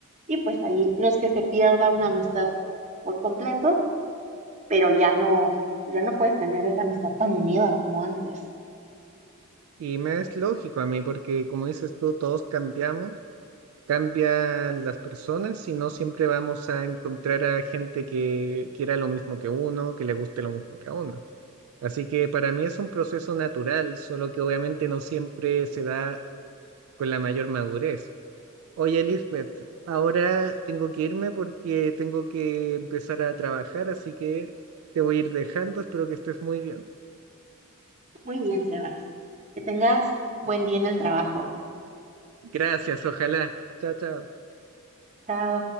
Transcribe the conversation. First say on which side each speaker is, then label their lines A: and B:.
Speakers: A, on the right; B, on the right.
A: y pues ahí no es que se pierda una amistad por completo, pero ya no, ya no puedes tener esa amistad tan unida como antes.
B: Y me es lógico a mí, porque como dices tú, todos cambiamos, cambian las personas y no siempre vamos a encontrar a gente que quiera lo mismo que uno, que le guste lo mismo que a uno. Así que para mí es un proceso natural, solo que obviamente no siempre se da con la mayor madurez. Oye, Lisbeth, ahora tengo que irme porque tengo que empezar a trabajar, así que te voy a ir dejando. Espero que estés muy bien.
A: Muy bien, Sebas. Que tengas buen día en el trabajo.
B: Gracias, ojalá. Chao, chao.
A: Chao.